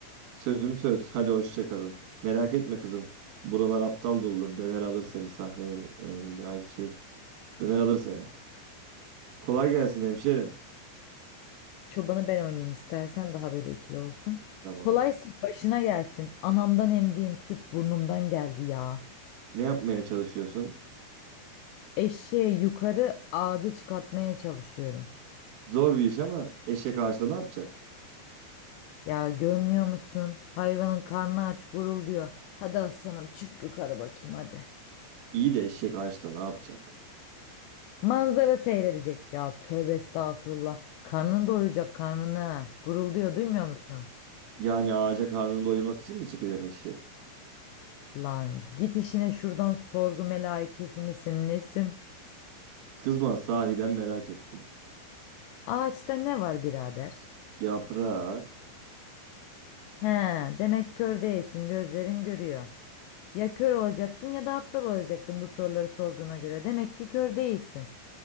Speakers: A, on the right; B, on the left.
A: Sözüm söz. Hadi hoşça kalın. Merak etme kızım. Buralar aptal doludur. Döner alır seni sahnenin önünde. Ay şey. Döner alır seni. Kolay gelsin hemşerim.
B: Çobanı ben oynayayım istersen daha böyle ikili olsun.
A: Tamam.
B: Kolaysa başına gelsin. Anamdan emdiğim süt burnumdan geldi ya.
A: Ne yapmaya çalışıyorsun?
B: Eşeği yukarı ağaca çıkartmaya çalışıyorum.
A: Zor bir iş ama eşek ağaçta ne yapacak?
B: Ya görmüyor musun? Hayvanın karnı aç gurulduyor. Hadi aslanım çık yukarı bakayım hadi.
A: İyi de eşek ağaçta ne yapacak?
B: Manzara seyredecek. Ya tövbe estağfurullah. Karnını doyuracak karnını. Gurulduyor duymuyor musun?
A: Yani ağaca karnını doyurmak için mi çıkacak eşek?
B: Lan git işine şuradan sorgu melaikesi misin nesin?
A: Kızma sahiden merak ettim.
B: Ağaçta ne var birader?
A: Yaprak.
B: He, demek kör değilsin gözlerin görüyor. Ya kör olacaktın ya da aptal olacaktın bu soruları sorduğuna göre. Demek ki kör değilsin.